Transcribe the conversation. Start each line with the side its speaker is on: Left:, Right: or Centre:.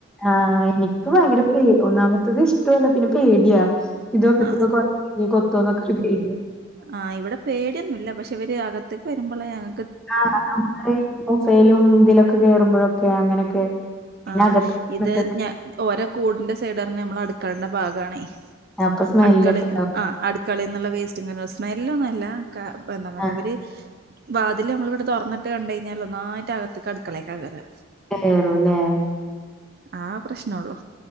Centre: ആഹ് എനിക്ക് ഭയങ്കര പേ ഒന്നാമത്തത് ഇഷ്ടോല്ല പിന്നെ പേടിയാ ഇതൊക്കെത്തക്കെ
Right: ആഹ്
Centre: ഞ് കൊത്തൊന്നൊക്കെ ഒരു പേടിയാ
Right: ആഹ് ഇവിടെ പേടിയൊന്നും ഇല്ല പക്ഷെ ഇവര് അകത്തേക്ക് വരുമ്പോള ഞങ
Centre: ആ നമുക്ക് ഈ ബൊഫേലും ഇതിലൊക്കെ കേറുമ്പോഴും ക്കെ അങ്ങനെക്കെ പിന്നകത്ത്
Right: ആഹ് ഇത്
Centre: <unintelligible>
Right: ഞ ഓരോ കൂടിന്റെ സൈഡറിന്നു നമ്മൾ അടുക്കളന്റെ ഭാഗാണേ
Centre: അപ്പൊ സ്മെല്ലൊക്കെ
Right: അടുക്കള
Centre: ഉണ്ടാവും
Right: ആഹ് അടുക്കളന്നുള്ള വേസ്റ്റ് ഇങ്ങന സ്മെല്ലൊന്നല്ല ക്ക ഇപ്പൊ ന്താപറിയാ
Centre: ആ
Right: ഇവര് വാതില് നമ്മൾ ഇവിടെ തൊർന്നിട്ട് കണ്ട് കഴിഞ്ഞാല് ഒന്നായിട്ട് അകത്തക്ക് അടുക്കളേക്ക കേറാ
Centre: കേറൂല്ലെ
Right: ആഹ് പ്രശ്നൊള്ളൂ